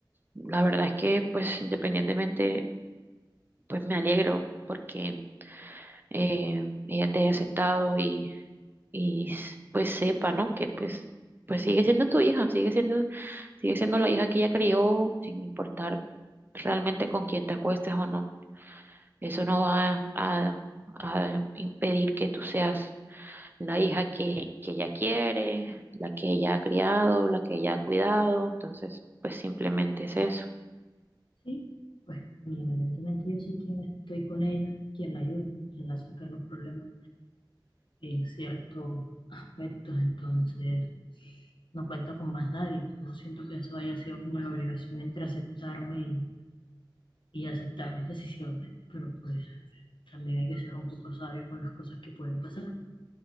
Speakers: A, on the right (about 25°); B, on the left (about 85°).
A: la verdad es que pues independientemente, pues me alegro porque eh, ella te haya aceptado y, y s- pues sepa, ¿no? Que pues, pues sigue siendo tu hija, sigue siendo, sigue siendo la hija que ella crió, sin importar realmente con quién te acuestes o no. Eso no va a, a impedir que tú seas la hija que, que ella quiere, la que ella ha criado, la que ella ha cuidado. Entonces, pues simplemente es eso.
B: Sí, pues independientemente yo sé quién estoy con ella, quién la ayuda, quién la saca de los problemas en ciertos aspectos, entonces no cuenta con más nadie. No siento que eso haya sido como la obligación entre aceptarme y, y aceptar mis decisiones, pero pues también hay que ser un poco sabio con las cosas que pueden pasar.